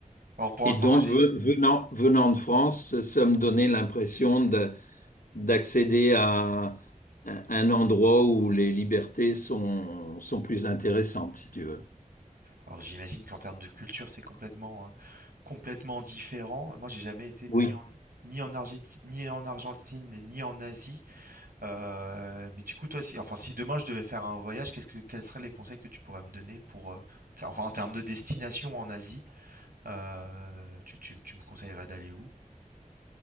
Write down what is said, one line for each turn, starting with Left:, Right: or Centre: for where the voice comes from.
Right: Alors pour
Left: Et
Right: l'instant,
Left: donc,
Right: moi j'ai.
Left: ve- venant, venant de France, ça me donnait l'impression de- d'accéder à un un endroit où les libertés sont, sont plus intéressantes, si tu veux.
Right: Alors j'imagine qu'en termes de culture, c'est complètement, euh, complètement différent. Euh, Moi, j'ai jamais été ni
Left: Oui.
Right: en ni en Argentine, ni en Argentine, ni en Asie. Euh, mais du coup, toi, si, enfin, si demain je devais faire un voyage, qu'est-ce que, quels seraient les conseils que tu pourrais me donner pour, euh, qu- enfin, en termes de destination en Asie, euh, tu, tu- tu me conseillerais d'aller où?